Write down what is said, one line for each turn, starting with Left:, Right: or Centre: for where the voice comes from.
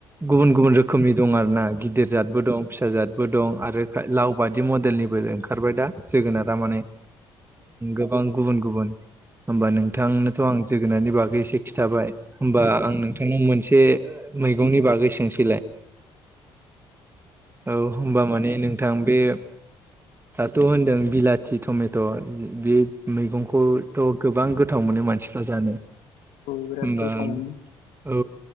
Right: गुबुन गुबुन रोखोमनि दं आरो ना गिदिर जादबो दं फिसााजाद बो दं आरो लाव बादि मडेलनिबो ओंखारबाय दा जोगोनारा माने गोबां गुबुन गुबुन होमबा नोंथांनोथ' आं जोगोननि बागै एसे खिन्थाबाय होमबा आं नोंथांनाव मोनसे मैगंनि बागै सोंसैलाय औ होमबा माने नोंथां बे दाथ' होनदों बिलाथि टमेट' बे मैगंखौथ' गोबां गोथाव मोनो मानसि जानो
Left: बिराद
Right: होमबा
Left: गोथाव मोनो
Right: औ